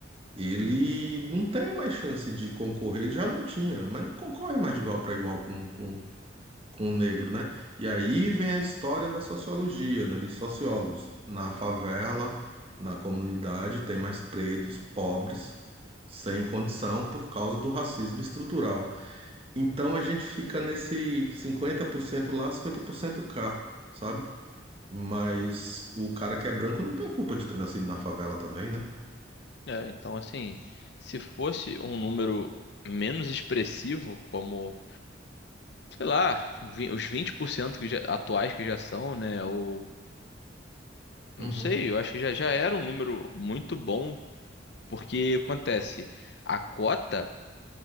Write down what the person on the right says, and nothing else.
ele não tem mais chance de concorrer, ele já não tinha, mas não concorre mais de igual para igual com, com, com o negro, né? E aí vem a história da sociologia, né? Dos sociólogos. Na favela, na comunidade, tem mais pretos, pobres, sem condição por causa do racismo estrutural. Então a gente fica nesse 50% lá, 50% cá, sabe? Mas o cara que é branco não tem culpa de ter nascido na favela também, né?
Uhum,